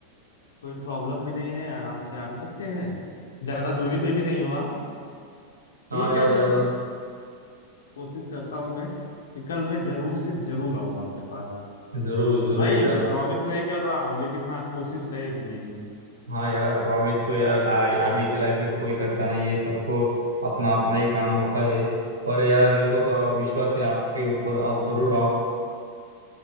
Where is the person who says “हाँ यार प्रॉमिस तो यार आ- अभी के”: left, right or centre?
Right